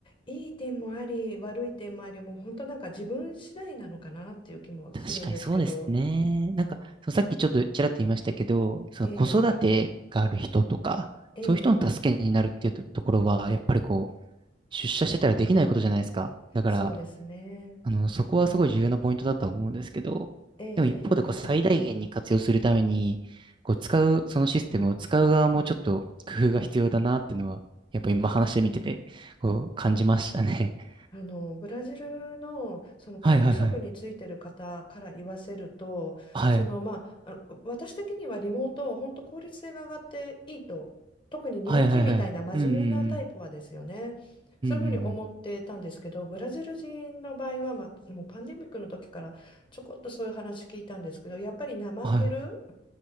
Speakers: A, on the left (about 25°); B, on the right (about 25°).
A: いい点もあり、悪い点もあり、もう本当なんか自分次第なのかなっていう気もするんですけど、
B: 確かにそうですね。なんか、そうさっきちょっとちらっと言いましたけど、その子育てがある人とか、
A: ええええ
B: そういう人の助けになるっていうと、ところは、やっぱりこう、出社してたらできないことじゃないですか。だから、
A: そうですね。
B: あの、そこはすごい重要なポイントだとは思うんですけど、
A: ええええええ
B: でも一方でこう最大限に活用するために、こう使う、そのシステムを使う側もちょっと工夫が必要だなっていうのは、やっぱ今話してみてて、こう感じましたね。<laughs>
A: あのブラジルの、その管理職についてる方から言わせるとその、
B: はいはいはい。はい。
A: まあ、あの私的にはリモート本当効率性が上がっていいと特に日本人みたいな真面目なタイプはですよねそういうふうに思ってたんですけどブラジル人の場合は、
B: はいはいはい。うんうんうん。うんうんうん。
A: まあ、もうパンデミックの時からちょこっとそういう話聞いたんですけどやっぱり怠ける
B: はい。